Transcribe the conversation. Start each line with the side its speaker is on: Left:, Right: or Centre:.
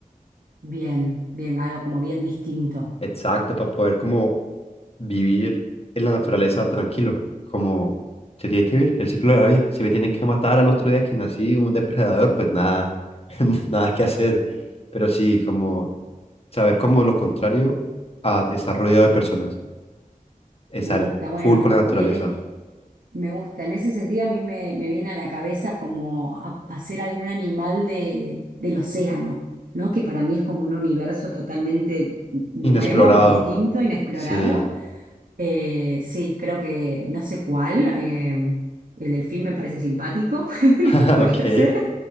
Right: Bien, bien, algo como bien distinto.
Left: Exacto, para poder como vivir en la naturaleza tranquilo, como se tiene que vivir el ciclo de la vida. Si me tienen que matar al otro día que nací un depredador, pues nada, <laughs> nada que hacer. Pero sí, como saber como lo contrario a estar rodeado de personas, estar
Right: Me gusta, bueno,
Left: full con la naturaleza,
Right: y en, e- me gusta, en ese sentido a mí me, me viene a la cabeza como a- hacer algún animal de, del océano, ¿no? Que para mí es como un universo totalmente nuevo,
Left: inexplorado.
Right: distinto, inexplorado
Left: Sí,
Right: Eh, sí, creo que no sé cuál. eh, el delfín me parece simpático, <laughs>
Left: <laughs>
Right: podría
Left: ok,
Right: ser.